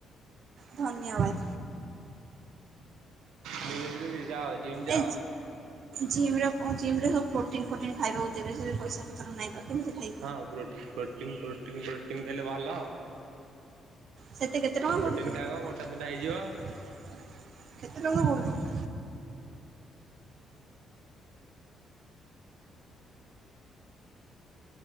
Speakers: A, on the right; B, on the right.
A: ଧନ୍ୟବାଦ।
B: ମୁଁ ଦେଇଦେବି ଯାଅ ଜିମ୍ ଯାଅ।
A: ଏ ଜିମ୍ ରେ, ଜିମ୍ ରେ ସବୁ ପ୍ରୋଟିନ ଫୋଟିନ ଖାଇବାକୁ ଦେବେ ସେ ପଇସା ପତ୍ର ନଁ କେମିତି ଖାଇବି।
B: ହଁ ପ୍ରୋ ପ୍ରୋଟିନ୍ ପ୍ରୋଟିନ୍ ପ୍ରୋଟିନ୍ ଦେଲେ ଭଲ।
A: ସେତେ କେତେ ଟଙ୍କା
B: ପ୍ରୋଟିନ
A: ପଡୁଛି
B: ଖାଇବ ମୋଟା ସୋଟା ହେଇଯିବ।
A: କେତେ ଟଙ୍କା ପଡୁଛି?